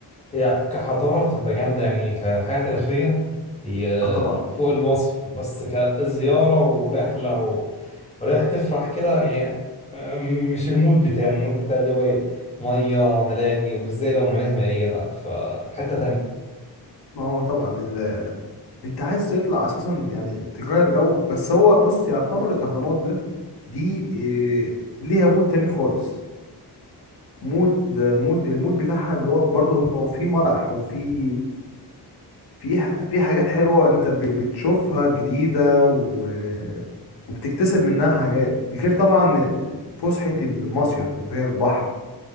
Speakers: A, on the left; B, on the left.
A: هي كحضارة بتبقى جامدة يعني كحياة تاريخية هي
B: آه طبعا
A: فوق الوصف بس كزيارة ورحلة و... ورايح تفرح كده يعني آه، مش المود بتاعي المود بتاعي اللي هو إيه؟ مية ملاهي وبالذات لو ملاهي مائية بقى فحتة تانية
B: ما هو طبعا ال... انت عايز تطلع اساسا يعني تغير جو بس هو بص يعتبر الاهرامات ده دي إيه... ليها مود تاني خالص مود مود المود بتاعها اللي هو برضو هو في مرح وفي في ح- في حاجات حلوة انت ب... بتشوفها جديدة و... وبتكتسب منها حاجات غير طبعا فسحة المصيف اللي هي البحر